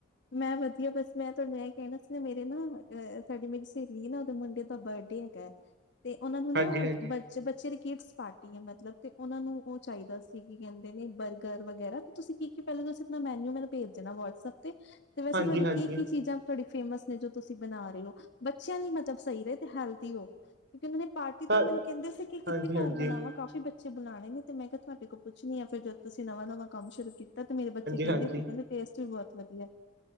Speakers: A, on the left (about 60°); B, on the right (about 55°).
A: ਮੈਂ ਵਧੀਆ ਬਸ ਮੈਂ ਤਾਨੂੰ ਇਹ ਕਹਿਣਾ ਸੀ ਨਾ ਮੇਰੇ ਨਾ ਅ ਸਾਡੀ ਮੇਰੀ ਸਹੇਲੀ ਸੀ ਨਾ ਉਹਦੇ ਮੁੰਡੇ ਦਾ ਬਰਡੇ ਐ ਕੈਸ ਤੇ ਉਹਨਾਂ ਨੂੰ
B: ਹਾਂਜੀ
A: ਨਾ
B: ਹਾਂਜੀ
A: ਬਦ ਜੇ ਬੱਚੇ ਦੀ ਕਿਡਸ ਪਾਰਟੀ ਐ ਮਤਲਬ ਤੇ ਉਨਾ ਨੂੰ ਉਹ ਚਾਹੀਦਾ ਸੀ ਕਹਿੰਦੇ ਨੇ ਬਰਗਰ ਵਗੈਰਾ ਤੇ ਤੁਸੀਂ ਕੀ ਕਿ ਪਹਿਲੇ ਤੁਸੀਂ ਆਪਣਾ ਮੈਨਿਊ ਮੈਨੂੰ ਭੇਜ ਦੇਣਾ ਵਟਸਐਪ ਤੇ ਵੈਸੇ
B: ਹਾਂਜੀ
A: ਤੁਹਾਡੇ
B: ਹਾਂਜੀ
A: ਕੀ ਕੀ ਚੀਜ਼ਾਂ ਤੁਹਾਡੀ ਫੇਮਸ ਨੇ ਜੋ ਤੁਸੀਂ ਬਣਾ ਰਹੇ ਓ ਬੱਚਿਆਂ ਲਈ ਮਤਲਬ ਸਹੀ ਰਹੇ ਤੇ ਹੈਲਦੀ ਹੋ ਕਿਉਂਕਿ ਉਹਨਾਂ ਦੇ ਪਾਰਟੀ
B: ਹਾਂ
A: ਤੋਂ ਉਹ ਮੈਨੁੰ ਕਹਿੰਦੇ ਸੀ ਕਿੱਥੇ
B: ਹਾਂਜੀ
A: ਘਰ
B: ਹਾਂਜੀ ਹਾਂਜੀ
A: ਬਣਾਵਾਾਂ ਕਾਫ਼ੀ ਬੱਚੇ ਬੁਲਾਣੇ ਨੇ ਤੇ ਮੈਂ ਕਿਹਾ ਤੁਹਾਡੇ ਕੋਲ ਪੁੱਛਣੀ ਆ ਫੇਰ ਜਦ ਤੁਸੀਂ ਨਵਾਂ ਨਵਾਂ ਕੰਮ ਸ਼ੁਰੂ ਕੀਤਾ ਤਦ ਤੇ ਮੇਰੇ ਬੱਚੇ ਕਹਿੰਦੇ
B: ਹਾਂਜੀ
A: ਸੀ ਕਹਿੰਦੇ ਟੇਸਟ ਵੀ ਬਹੁਤ ਵਧੀਆ ਐ